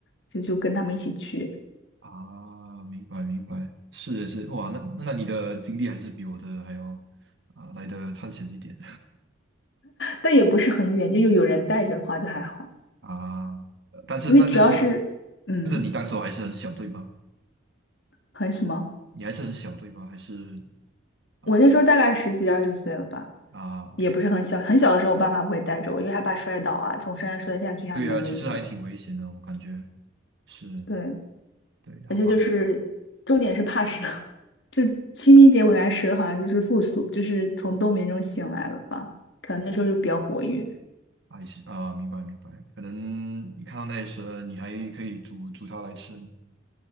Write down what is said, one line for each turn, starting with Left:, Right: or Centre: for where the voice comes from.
Left: 就就跟他们一起去，
Right: 啊，明白明白，是的是，哇，那那你的经历还是比我的还要啊、来的探险一点
Left: 但也不是很远，就有人带着的话就还好，
Right: <laughs> 啊。呃但是但是你
Left: 因为主要是嗯，
Right: 但是你当时候还是很小对吧？
Left: 很什么，
Right: 你还是很小对吧？还是啊
Left: 我那时候大概十几二十岁了吧，
Right: 啊，OK。
Left: 也不是很小，很小的时候我爸妈不会带着我，因为害怕摔倒啊，从山上摔下去还蛮危险的
Right: 对呀，其实还挺危险的，我感觉是，
Left: 对，
Right: 对，好吧，
Left: 而且就是重点是怕蛇，<laughs> 就清明节我感觉蛇好像就是复苏，就是从冬眠中醒来了吧，可能那时候就比较活跃。
Right: 还是啊，明白明白，可能你看到那些蛇，你还可以煮煮它来吃呢，